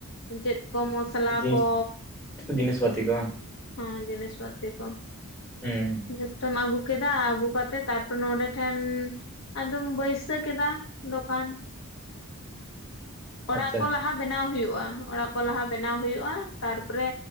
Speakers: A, on the left (about 60°); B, in the centre.
A: ᱪᱮᱫ ᱠᱚ ᱢᱚᱥᱞᱟ
B: ᱡᱤᱱᱤᱥ
A: ᱠᱚ
B: ᱡᱤᱱᱤᱥ ᱯᱟᱛᱤ ᱠᱚ ᱵᱟᱝ
A: ᱦᱚᱸ ᱡᱤᱱᱤᱥ ᱯᱟᱛᱤ ᱠᱚ
B: ᱦᱩᱸ
A: ᱡᱷᱚᱛᱚᱢ ᱟᱹᱜᱩ ᱠᱮᱫᱟ ᱟᱹᱜᱩ ᱠᱟᱛᱮᱫ ᱛᱟᱨᱯᱚᱨᱮ ᱱᱚᱰᱮ ᱴᱷᱮᱱ ᱟᱫᱚᱢ ᱵᱟᱹᱭᱥᱟᱹ ᱠᱮᱫᱟ ᱫᱚᱠᱟᱱ
B: <inaudible>
A: ᱚᱲᱟᱜ ᱠᱚ
B: ᱟᱪᱪᱷᱟ
A: ᱞᱟᱦᱟ ᱵᱮᱱᱟᱣ ᱦᱩᱭᱩᱜᱼᱟ ᱚᱲᱟᱜ ᱠᱚ ᱞᱟᱦᱟ ᱵᱮᱱᱟᱣ ᱦᱩᱭᱩᱜᱼᱟ ᱛᱟᱨᱯᱚᱨᱮ